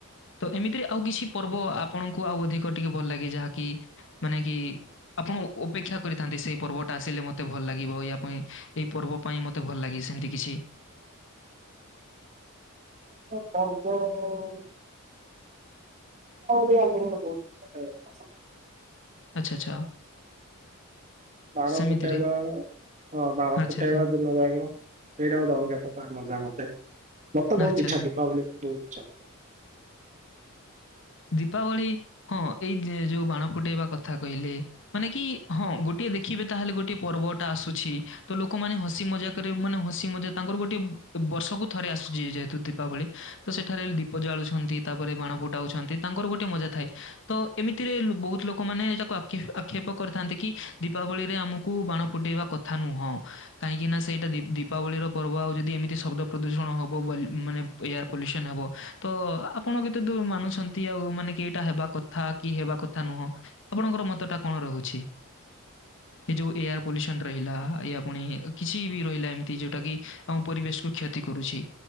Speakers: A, on the left; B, on the right.
A: ତ ଏମିତିରେ ଆଉ କିଛି ପର୍ବ ଆପଣଙ୍କୁ ଆଉ ଅଧିକ ଟିକିଏ ଭଲ ଲାଗେ ଯାହାକି ମାନେ କି ଆପଣ ଅପେକ୍ଷା କରିଥାନ୍ତି ସେଇ ପର୍ବଟା ଆସିଲେ ମତେ ଭଲ ଲାଗିବ ଇଆ ପାଇଁ ଏଇ ପର୍ବ। ପାଇଁ ମୋତେ ଭଲ ଲାଗେ ସେମିତି କିଛି।
B: ପର୍ବ ଦିପାବଳି <unintelligible>
A: ଆଛା ଆଛା।
B: ବାଣ
A: ସେମିତିରେ
B: ଫୁଟେଇବା ହଁ ବାଣ
A: ଆଚ୍ଛା,
B: ଫୁଟେଇବା
A: ଆଚ୍ଛା,
B: ଦିନ ଯାଙ୍କ। ସେଇଟା ଗୋଟେ ଅଲଗା ପ୍ରକାର ମଜା ମତେ, ମତେ ବହୁତ
A: ଆଚ୍ଛା,
B: ଇଚ୍ଛା
A: ଆଚ୍ଛା।
B: ଦୀପାବଳି ବହୁତ ଇଛାମତେ
A: ଦୀପାବଳି ହଁ ଏଇ ଯୋଉ ବାଣ ଫୁଟେଇବା କଥା କହିଲେ ମାନେ କି ହଁ ଗୋଟିଏ ଦେଖିବେ ତାହେଲେ ଗୋଟିଏ ପର୍ବ ଟା ଆସୁଛି ତ ଲୋକମାନେ ହସି ମଜା ମାନେ ହସି ମଜା ତାଙ୍କର ଗୋଟେ ବର୍ଷକୁ ଥରେ ଆସୁଛି ଯେହେତୁ ଦୀପାବଳି, ତ ସେଠାରେ ଦୀପ ଜାଳୁଛନ୍ତି। ତାପରେ ବାଣ ଫୁଟାଉଛନ୍ତି ତାଙ୍କର ଗୋଟେ ମଜା ଥାଏ ତ ଏମିତିରେ ବହୁତ ଲୋକମାନେ ଏଟାକୁ ଆକ୍ଷେପ କରିଥାନ୍ତି କି ଦୀପାବଳିରେ ଆମକୁ ବାଣ ଫୁଟେଇବା କଥା ନୁହଁ। କାହିଁକିନା ସେଇଟା ଦି ଦୀପାବଳିର ପର୍ବ ଆଉ ଯଦି ଏମିତି ଶବ୍ଦ ପ୍ରଦୂଷଣ ହବ ବୋ ମାନେ ଏୟାର ପଲ୍ୟୁସନ ହବ ତ ଆପଣ କେତେ ଦୂର ମାନୁଛନ୍ତି, ଆଉ ମାନେ କି ଏଇଟା ହେବା କଥା କି ହେବା କଥା ନୁହଁ? ଆପଣଙ୍କର ମତଟା କଣ ରହୁଛି? ଏ ଯୋଉ ଏୟାର ପଲ୍ୟୁସନ ରହିଲା ଏୟା ପୁଣି କିଛି ବି ରହିଲା ଏମିତି ଯୋଉଟା କି ଆମ ପରିବେଶକୁୁ କ୍ଷତି କରୁଛି,